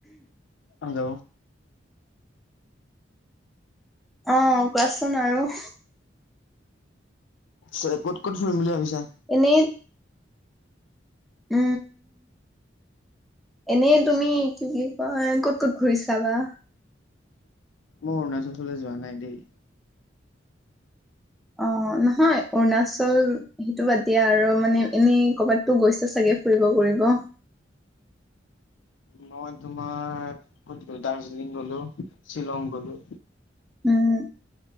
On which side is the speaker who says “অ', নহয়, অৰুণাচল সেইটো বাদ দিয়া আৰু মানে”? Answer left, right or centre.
Centre